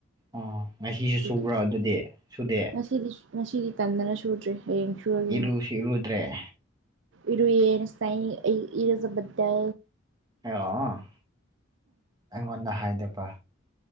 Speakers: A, on the right; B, on the right.
A: ꯑꯣ ꯉꯁꯤꯁꯨ
B: ꯑꯗꯨꯒꯤ
A: ꯁꯨꯕ꯭ꯔꯣ ꯑꯗꯨꯗꯤ ꯁꯨꯗꯦ
B: ꯉꯁꯤꯗꯤ ꯉꯁꯤꯗꯤ ꯇꯟꯗꯅ ꯁꯨꯗ꯭ꯔꯦ ꯍꯌꯦꯡ ꯁꯨꯔꯒꯦꯅ
A: ꯏꯔꯨꯁꯨ ꯏꯔꯨꯗ꯭ꯔꯦ
B: ꯏꯔꯨꯌꯦ ꯉꯥꯁꯥꯏ ꯑꯩ ꯏꯔꯨꯖꯕꯗꯣ
A: ꯑꯣ ꯑꯩꯉꯣꯟꯗ ꯍꯥꯏꯗꯕ